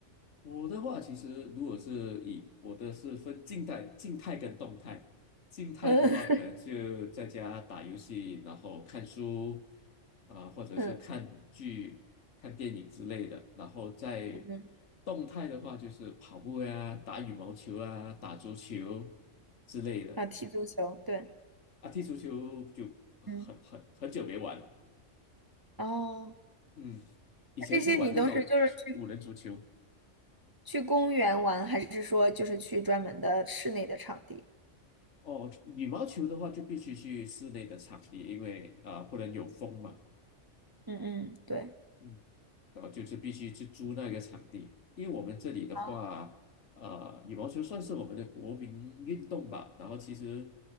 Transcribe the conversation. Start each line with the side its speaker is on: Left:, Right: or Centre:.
Left: 我的话，其实如果是以我的是分静态、静态跟动态。静态的话，
Right: 嗯
Left: 可能就在家打游戏，然后看书啊、
Right: <laughs>
Left: 或者是看剧、
Right: 嗯
Left: 看电影之类的。然后在
Right: 嗯，
Left: 动态的话，就是跑步呀、打羽毛球啊、打足球之类的。
Right: 啊，踢足球，对，
Left: 啊，踢足球就很很很久没玩了
Right: 嗯，哦，
Left: 嗯，以前是玩那种五人足球。
Right: 那这些你都是就是去去公园玩，还是说就是去专门的室内的场地？
Left: 哦，羽毛球的话就必须去室内的场地，因为啊、呃不能有风嘛，
Right: 嗯嗯，对。
Left: 嗯，然后就是必须去租那个场地，因为我们这里的话，
Right: 啊，
Left: 呃，羽毛球算是我们的国民运动吧，然后其实